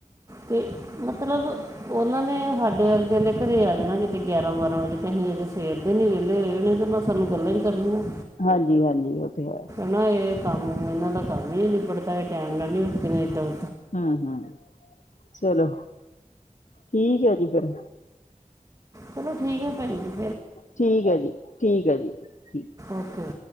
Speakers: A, on the right; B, on the left.
A: ਤੇ ਮਤਲਬ ਓਨਾਂ ਨੇ ਹਾਡੇ ਅਰਗਿਆਂ ਦੇ ਘਰੇ ਆ ਜਾਣਾ ਕਿਤੇ ਗਿਆਰਾਂ-ਬਾਰਾਂ ਵਜੇ ਤੇ ਅਸੀਂ ਅਜੇ ਸਵੇਰ ਨੀਂ ਵੇਲੇ ਹੋਏ ਹੋਨੇ ਤੇ ਓਨਾ ਮੈਂ ਸਾਨੂੰ ਗੱਲਾਂ ਈਂ ਕਰਨੀਆਂ।
B: ਹਾਂਜੀ-ਹਾਂਜੀ, ਓ ਤੇ ਹੈ।
A: ਨਾ ਏ ਕੰਮ ਏਨਾਂ ਦਾ ਕੰਮ ਕਈ ਨੀ ਨਿਬੜਦਾ, ਏ ਟੈਮ ਨਾਲ ਨੀ ਉੱਠਦੀਆਂ ਏਦਾਂ
B: ਹੂੰ-ਹੂੰ ਚਲੋ, ਠੀਕ ਐ ਜੀ ਫੇਰ।
A: ਚਲੋ ਠੀਕ ਐ ਫੇਰ।
B: ਠੀਕ ਐ ਜੀ, ਠੀਕ ਐ ਜੀ। ਠੀਕ।
A: ਓਕੇ।